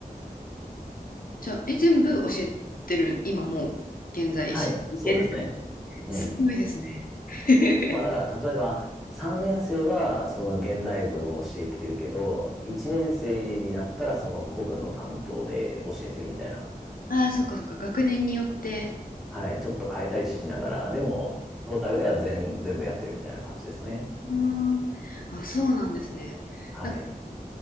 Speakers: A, on the left; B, in the centre.
A: じゃあ、え、全部教えてる、今もう、現在、
B: はい。
A: いける。
B: そうですね。うん。
A: すごいですね。<laughs>
B: まあだから例えば3年生はその現代文を教えてるけど、1年生になったらその古文の担当で教えてるみたいな。
A: うんああ、そっかそっか、学年によって
B: はい。ちょっと変えたりしながら、でもトータルでは全、全部やってるみたいな感じですね。
A: うーん。あ、そうなんですね。
B: はい。
A: なんか